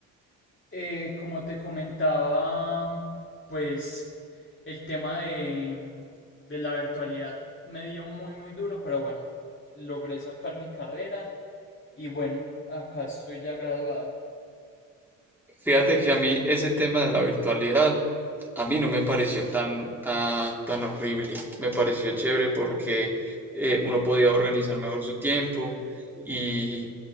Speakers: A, on the left; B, in the centre.
A: Eh, como te comentaba, pues el tema de, mm, de la virtualidad me dio muy, muy duro, pero bueno, logré sacar mi carrera y bueno, acá estoy ya graduado.
B: Fíjate que a mí ese tema de la virtualidad, a mí no me pareció tan, tan, tan horrible. Me pareció chévere porque eh, uno podía organizar mejor su tiempo y